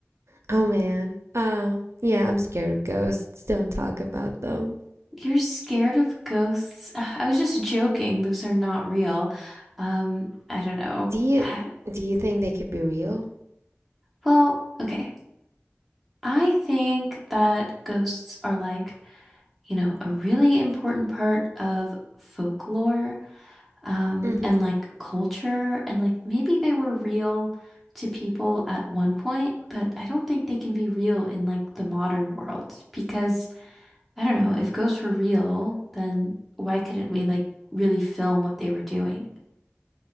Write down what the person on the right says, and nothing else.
Oh man. Uh, yeah, I'm scared of ghosts. Don't talk about them.
Do you
do you think they could be real?
Mm-hmm.